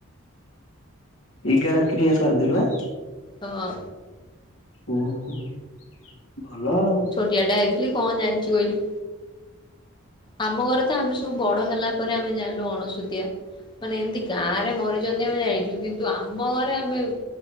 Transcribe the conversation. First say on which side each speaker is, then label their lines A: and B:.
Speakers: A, on the left (about 70°); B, on the left (about 20°).
A: ଏଗାର କ୍ରିୟା ସରିଦେଲୁ ଆ।
B: ହଁ।
A: ଓକୁ ଭଲ ଆଉ।
B: ଛୋଟିଆଟା ହେଇଥିଲି କଣ ଜାଣିଛି କହିଲୁ। ଆମ ଘରେ ତ ଆମେ ସବୁ ବଡ଼ ହେଲା ପରେ ଆମେ ଜାଣଲୁ ଅଣସୁଧିଆ। ମାନେ ଏମିତି ଗାଁ ରେ ମରିଚନ୍ତି ଆମେ ଜାଣିଛୁ କିନ୍ତୁ ଆମ ଘରେ ଆମେ।